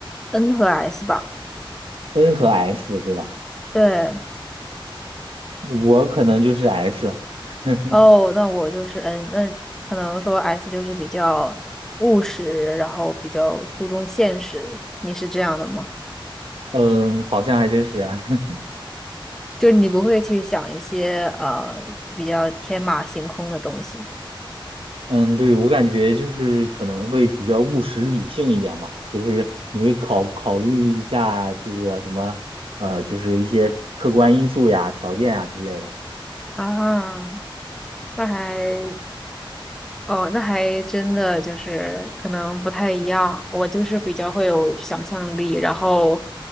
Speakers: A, in the centre; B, on the right.
A: N 和 S 吧？
B: N 和 S 对吧？
A: 对。
B: 我可能就是 S。<laughs>
A: 哦，那我就是嗯，那可能说 S 就是比较务实，然后比较注重现实。你是这样的吗？
B: 嗯，好像还真是啊。<laughs>
A: 就是你不会去想一些呃比较天马行空的东西
B: 嗯，对，我感觉就是可能会比较务实理性一点吧，就是你会考考虑一下这个什么，呃，就是一些客观因素呀、条件呀之类的。
A: 啊？那还哦，那还真的就是可能不太一样。我就是比较会有想象力，然后